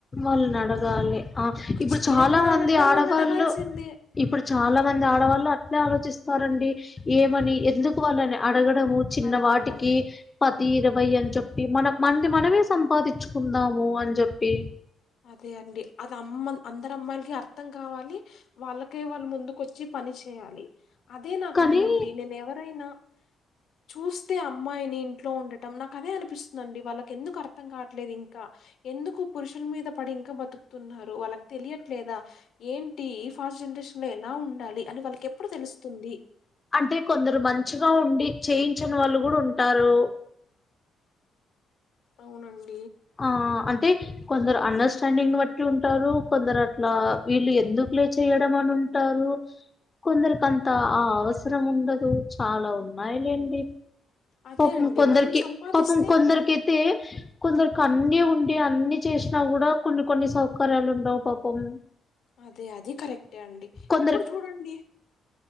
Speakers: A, on the left (about 25°); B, on the left (about 65°).
A: వాళ్ళని అడగాలి ఆ ఇప్పుడు
B: చీర
A: చాలా
B: కొనాలన్నా
A: మంది ఆడవాళ్ళు
B: వాళ్ళనడగాల్సిందే.
A: ఇప్పుడు చాలా మంది ఆడవాళ్ళు అట్నే ఆలోచిస్తారండి ఏమని ఎందుకు వాళ్లని అడగ చిన్న
B: అడగడం.
A: వాటికి పది ఇరవై అని చెప్ మన కి మనంది మనమే సంపాదించుకుందాము అని చెప్పి
B: అదే అండి అది అమ్ అందరు అమ్మాయిలకి అర్థం కావాలి వాళ్ళకే వాళ్లు ముందుక వచ్చి పని చే చేయాలి అదే నాకుందండి
A: కానీ
B: నేను ఎవరైనా చూస్తే అమ్మాయిని ఇంట్లో ఉండటం నాకు అదే అనిపిస్తుందండి వాళ్ళకి ఎందుకు అర్థం కాట్లేదు ఇంకా ఎందుకు పురుషుల మీద పడి ఇంకా బతుకుతున్నారు వాళ్ళకి తెలియట్లేదా ఏంటి ఫాస్ట్ జనరేషన్ లో ఎలా ఉండాలి అని వాళ్ళకెప్పుడు తెలుస్తుంది?
A: అంటే కొందరు మంచిగా ఉండి చేయి ఇచ్చన్ వాళ్ళు కూడా ఉంటారు
B: అవునండి
A: ఆ అే కొందరు అండర్స్టాండింగ్ బట్టి ఉంటారు కొందరు అట్లా వీళ్ళు ఎందుకు లే చేయడం అని అంటారు కొందరికి అంత ఆ అవసరం ఉండదు చాలా ఉన్నాయిలేండి
B: అదే
A: పాపం
B: అండి.
A: ము కొందరికి
B: మనం సంపాదిస్తే
A: పాపం కొందర్కతే కొందరికి అన్ని ఉండి అన్ని చేసినా కూడా కొన్ని కొన్ని సౌకర్యాలు ఉండవు పాపం
B: అదే అది కరెక్టే అండి
A: కొందరికి
B: ఇప్పుడు చూడండి